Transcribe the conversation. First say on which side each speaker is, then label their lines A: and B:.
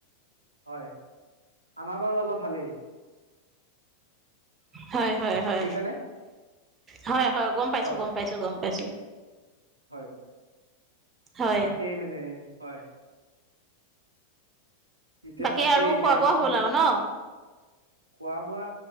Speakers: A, on the right; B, on the right.
A: হয়, আমাৰ বাৰু অলপ ভালেই।
B: হয়, হয়, হয়
A: বুজিছানে
B: হয়, হয়, গ'ম পাইছো,
A: হয়
B: গ'ম পাইছো, গম পাইছো।
A: হয়।
B: হয়
A: তাকে মানে, হয়। এতিয়া
B: বাকী
A: তাকে,
B: আৰু
A: এতিয়া
B: খোৱা বোৱা
A: কি
B: হ'ল আৰু ন
A: খোৱা বোৱা